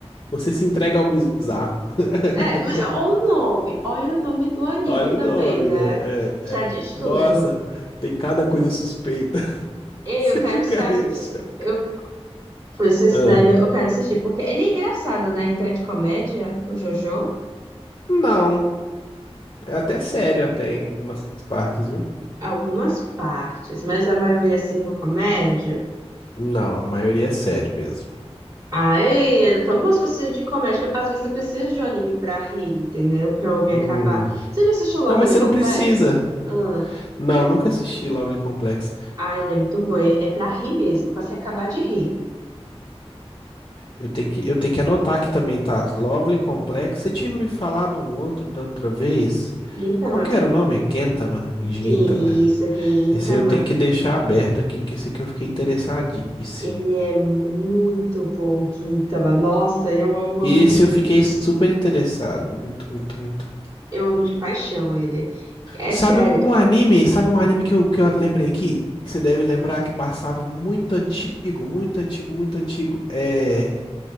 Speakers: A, on the left (about 45°); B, on the right (about 40°).
A: Você se entrega ao bizarro. <laughs>
B: É, o nome, olha o nome do anime
A: Olha
B: também,
A: o nome,
B: né?
A: né? É. é.
B: Já diz tudo.
A: Nossa, tem cada coisa suspeita. <laughs>
B: Ei,
A: Você
B: eu quero
A: ficaria
B: saber.
A: em choque.
B: Eu Pois esse
A: Ah.
B: daí eu quero assistir, porque ele é engraçado, né? Então é de comédia, o Jojo,
A: Não, é até sério até em algumas partes, viu?
B: algumas partes, mas a maioria assim é uma comédia.
A: Não, a maioria é sério mesmo.
B: Ai, era tão bom se pastilhas de comédia. Às vezes eu preciso de um anime pra rir, entendeu? Pra eu me
A: Hum.
B: acabar. Você já assistiu Lovely
A: Não, mas você
B: Complex?
A: não precisa.
B: Ah,
A: Não, nunca assisti Lovely Complex.
B: ai, ele é muito bom. É é pra rir mesmo, pra se acabar de rir.
A: Eu tenho que, eu tenho que anotar aqui também, tá? Lovely Complex. Você tinha me falado um outro da outra vez?
B: Gintama.
A: Qual que era o nome? Gintama. Gintama.
B: Gin, isso, Gintama.
A: Esse eu tenho que deixar aberto aqui, que esse aqui eu fiquei interessadíssimo.
B: Ele é muito bom, Gintama. Nossa, eu amo, amo
A: Esse
B: de
A: eu fiquei super interessado. Muito, muito, muito.
B: Eu amo de paixão ele. É
A: Sabe
B: sério.
A: um anime? Sabe um anime que eu, que eu lembrei aqui? Que você deve lembrar que passava muito antigo, muito antigo, muito antigo. É.